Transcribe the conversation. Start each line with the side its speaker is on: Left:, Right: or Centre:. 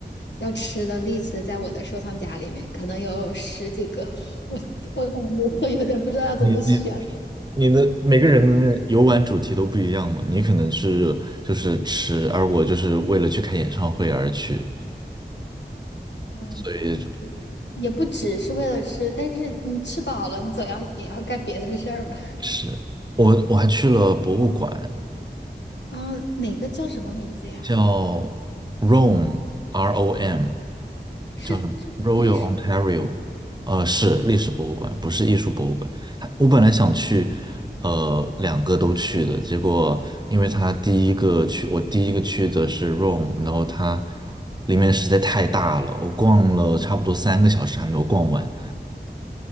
Left: 要吃的 l 子在我的收藏夹里面，可能有十几个，<laughs> 我我感觉我有点不知道要怎么选了。
Right: 你你你的每个人的游玩主题都不一样嘛，你可能是就是吃，而我就是为了去看演唱会而去，
Left: 嗯，
Right: 所以
Left: 也不只是为了吃，但是你吃饱了，你总要也要干别的事儿吧？
Right: 是我我还去了博物馆，
Left: 啊，哪个叫什么名字呀？
Right: 叫 Rome，R O M，
Left: 是这种历史的吧？
Right: 叫什么 Royal Ontario，呃，是历史博物馆，不是艺术博物馆。它我本来想去，呃，两个都去的，结果因为他第一个去，我第一个去的是 Rome，然后它里面实在太大了，我逛了差不多三个小时还没有逛完，